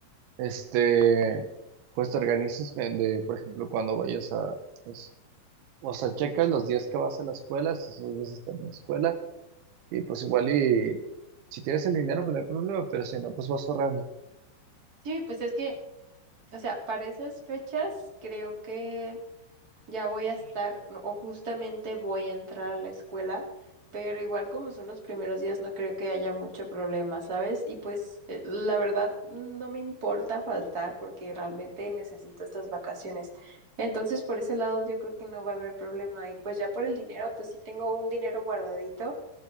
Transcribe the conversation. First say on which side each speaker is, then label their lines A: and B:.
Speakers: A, on the right (about 85°); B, on the right (about 20°).
A: Este, pues te organizas de, de, por ejemplo, cuando vayas a, es- o sea, checas los días que vas a la escuela, si esos días estás en la escuela, y pues igual y
B: Mm.
A: si tienes el dinero, pues no hay problema, pero si no, pues vas ahorrando.
B: Sí, pues es que, o sea, para esas fechas creo que ya voy a estar no, o justamente voy a entrar a la escuela, pero igual como son los primeros días no creo que haya mucho problema, ¿sabes? Y pues eh, la verdad no me importa faltar porque realmente necesito estas vacaciones. Entonces por ese lado yo creo que no va a haber problema y pues ya por el dinero, pues sí tengo un dinero guardadito